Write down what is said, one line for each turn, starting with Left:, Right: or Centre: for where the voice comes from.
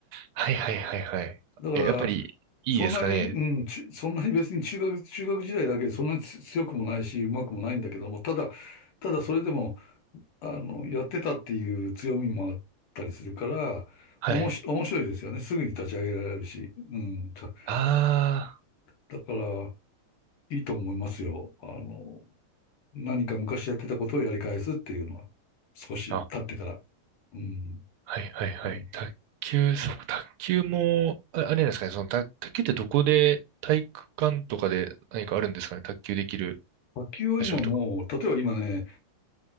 Right: はいはいはいはい。
Left: だから、
Right: え、やっぱり、いいですかね。
Left: そんなに、うん、ちそんなに別に中学、中学時代だけでそんなにつ強くもないし、うまくもないんだけども、ただ、ただそれでも、あの、やってたっていう強みもあったりするから、
Right: はい。
Left: おもし、面白いですよね。すぐに立ち上げられるし。うん。た
Right: あ
Left: だから、いいと思いますよ。あの、何か昔やってたことをやり返すっていうのは、少し経ってから。
Right: あ、あ、
Left: うん。
Right: はいはいはい。
Left: うん。
Right: 卓球、そう、卓球も、あ、あれなんですかね。その、卓卓球ってどこで、体育館とかで何かあるんですかね。卓球できる
Left: 野球は今もう、
Right: 場所とか。
Left: 例えば今ね、